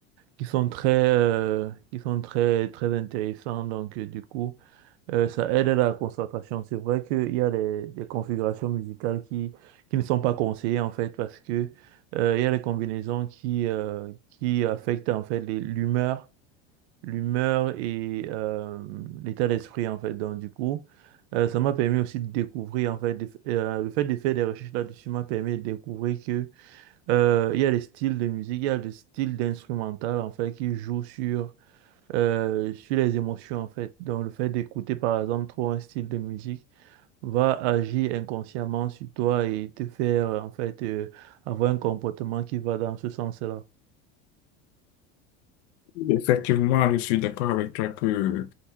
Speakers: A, on the right; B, on the left.
A: qui sont très, euh, qui sont très, très intéressantes. Donc, euh, du coup, euh, ça aide à la concentration. C'est vrai qu'il y a des, des configurations musicales qui, qui ne sont pas conseillées en fait parce que euh, il y a des combinaisons qui, euh, qui affectent en fait les- l'humeur, l'humeur et euh, l'état d'esprit en fait. Donc du coup, euh, ça m'a permis aussi de découvrir en fait des- euh, le fait de faire des recherches là-dessus m'a permis de découvrir que euh, il y a des styles de musique, il y a des styles d'instrumental en fait qui jouent sur euh, sur les émotions en fait. Donc le fait d'écouter par exemple trop un style de musique va agir inconsciemment sur toi et te faire euh, en fait euh, avoir un comportement qui va dans ce sens-là.
B: effectivement, je suis d'accord avec toi que